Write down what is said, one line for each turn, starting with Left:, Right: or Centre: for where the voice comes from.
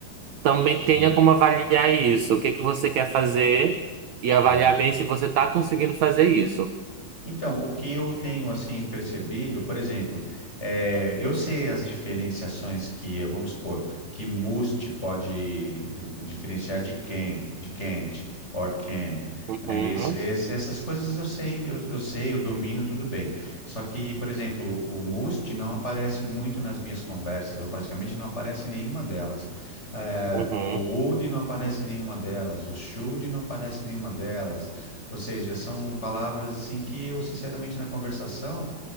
Right: também
Left: Sim.
Right: tenha como avaliar isso. O que que você quer fazer e avaliar
Left: Tá.
Right: bem se você está conseguindo fazer isso.
Left: Então, o que eu tenho assim percebido, por exemplo, eh, eu sei as diferenciações que, eh, vamos supor, que must pode eh, diferenciar de can, de can't, or can,
Right: Uhum,
Left: né? E esse- esse- essas coisas eu sei, eu, eu sei, eu domino tudo bem. Só que, por exemplo, o must não aparece muito nas minhas conversas, ou praticamente não aparece em nenhuma delas. Eh,
Right: uhum,
Left: o would não aparece em nenhuma delas, o should não aparece em nenhuma delas. Ou seja, são palavras assim que eu, sinceramente, na conversação,